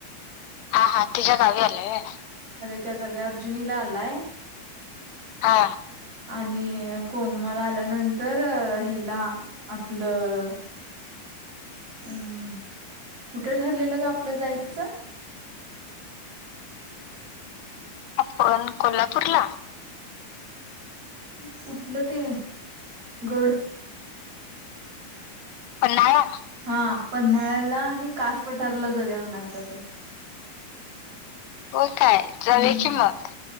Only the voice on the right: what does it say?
त्या नव्या अर्जुनीला आलाय.
आणि कोमल आल्यानंतर हेला आपलं अम् कुठे ठरलेलं. ग आपलं जायचं.
कुठलं ते गड
हा पन्हाळ्याला आणि कास पठारला जाऊया म्हणालात तो.
हम्म